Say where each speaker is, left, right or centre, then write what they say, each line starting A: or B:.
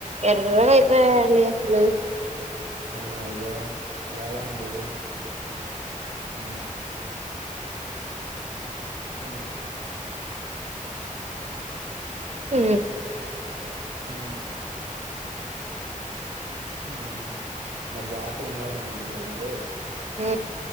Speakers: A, on the right; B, on the right.
A: ఏమో అయిపోయాయి అండి అసలు
B: అవున అయ్యో అలా ఎలా అండి ఉ ఉ
A: ఊ
B: ఉ ఉ మరి జాగ్రత్తగా ఉండాలి కదండీ మరి మీరు
A: ఉ